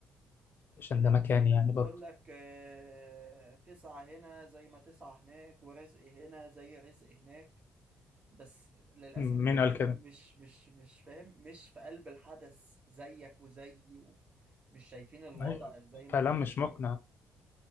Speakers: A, on the left; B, on the right.
A: عشان
B: في لا
A: ده مكاني
B: في ناس
A: يعني
B: بتقول
A: برضه
B: لك آه، تسعة هنا زي ما تسعة هناك ورزق هنا زي رزق هناك بس للأسف
A: مين
B: الناس
A: قال كده؟
B: دي مش مش مش فاهم مش في قلب الحدث زيك وزيي مش شايفين الوضع
A: أيوة.
B: زي ما
A: كلام
B: احنا شايفين
A: مش مقنع